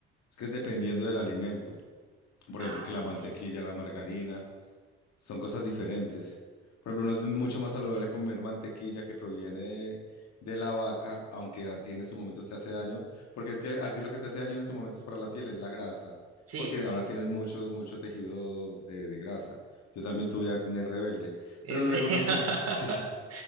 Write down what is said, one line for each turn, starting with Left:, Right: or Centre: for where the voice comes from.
Left: Es que es dependiendo del alimento. Por
Right: ah,
Left: ejemplo, que la
Right: ok.
Left: mantequilla, la margarina. Son cosas diferentes. Por ejemplo, uno es mucho más saludable comer mantequilla que proviene de la vaca, aunque a ti en estos momentos te hace daño, porque es que así lo que te hace daño en estos momentos para la piel es la grasa,
Right: Sí,
Left: porque ahora tienes mucho, mucho tejido de, de grasa. Yo también tuve acné rebelde,
Right: en
Left: pero luego
Right: serio.
Left: los,
Right: <laughs>
Left: hu- <laughs> sí,